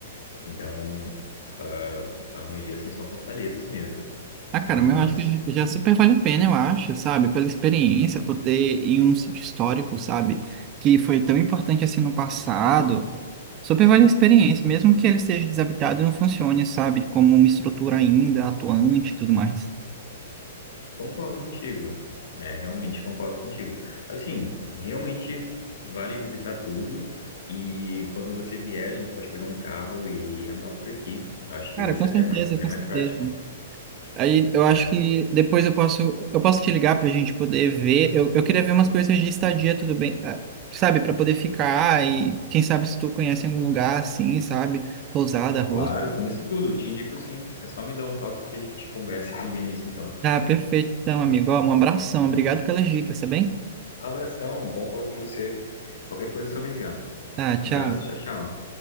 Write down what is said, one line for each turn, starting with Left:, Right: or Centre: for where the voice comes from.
Left: Então, ah, a maioria são só fortalezas mesmo.
Right: Ah,
Left: Mas
Right: cara, mas eu acho que já super vale a pena, eu acho, sabe? Pela experiência, por ter em um sítio histórico, sabe? Que foi tão importante assim no passado. Super vale a experiência, mesmo que ele esteja desabitado e não funcione, sabe? Como uma estrutura ainda atuante e tudo mais.
Left: concordo contigo. É, realmente concordo contigo. Assim, realmente vale visitar tudo. E quando você vier, a gente pode pegar um carro e andar por aqui. Acho que
Right: Cara,
Left: vai ser
Right: com certeza,
Left: até mai- bem
Right: com
Left: mais
Right: certeza.
Left: prático.
Right: Aí eu acho
Left: É,
Right: que depois eu posso, eu posso te ligar pra gente poder ver. Eu, eu queria ver umas coisas de estadia, tudo bem, ah, sabe? Pra poder ficar e quem sabe se tu conhece algum lugar assim, sabe? Pousada, rosto.
Left: claro, conheço tudo. Te indico sim. É só me dar um toque que a gente conversa e combina isso então.
Right: Ah, perfeito então, amigo. Ó, um abração. Obrigado pelas dicas, tá bem?
Left: Abração, bom falar com você. Qualquer coisa é só me ligar.
Right: Tá, tchau.
Left: Abraço, tchau, tchau.